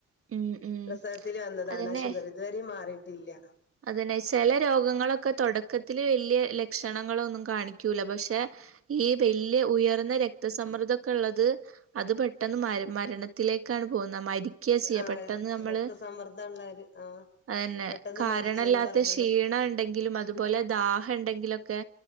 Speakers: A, on the right (about 45°); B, on the left (about 35°).
A: ഉം ഉം
B: പ്രസവത്തില് വന്നതാണാ
A: അതന്നെ
B: ഷുഗറ് ഇതുവരെയും മാറിയിട്ടില്ല്യ.
A: അതന്നെ ചെല രോഗങ്ങളൊക്കെ തൊടക്കത്തില് വെല്ല്യെ ലക്ഷണങ്ങളൊന്നും കാണിക്കൂല പക്ഷെ ഈ ബെല്ല്യെ ഉയർന്ന രക്തസമ്മർദ്ദൊക്കെള്ളത് അത് പെട്ടെന്ന് മര മരണത്തിലേക്കാണ് പോകുന്നെ മരി ക്ക്യാ ചെയ്യ
B: ആഹ്
A: പെട്ടെന്ന് അമ്മള്
B: രക്തസമ്മർദ്ദമുള്ളവര് ആഹ്
A: അതെന്നെ
B: പെട്ടെന്ന്
A: കാരണല്ലാത്ത
B: മരിച്ചന്ന് പറയണത്
A: ക്ഷീണം ണ്ടെങ്കിലും അത് പോലെ ദാഹണ്ടെങ്കിലൊക്കെ